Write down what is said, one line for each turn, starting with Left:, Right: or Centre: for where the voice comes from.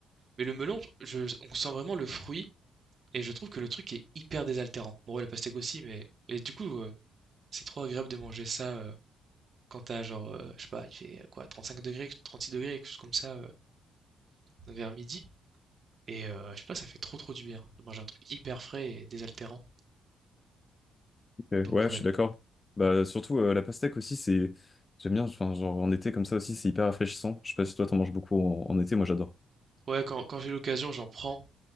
Right: Mais le melon, je, on sent vraiment le fruit et je trouve que le truc est hyper désaltérant. Bon, ouais, la pastèque aussi, mais et du coup. euh, C'est trop agréable de manger ça, heu, quand t'as genre, heu, je sais pas, il fait, heu, quoi six degrés trente-six degrés, quelque chose comme ça, heu, vers midi et heu, je sais pas, ça fait trop, trop du bien de manger un truc hyper frais et désaltérant.
Left: Ok,
Right: Donc
Left: Ouais,
Right: ouais,
Left: je suis d'accord. Bah surtout euh, la pastèque aussi, c'est. J'aime bien, enfin, genre en été comme ça aussi, c'est hyper rafraîchissant. Je sais pas si toi t'en manges beaucoup en, en été, moi j'adore.
Right: ouais, quand quand j'ai l'occasion, j'en prends,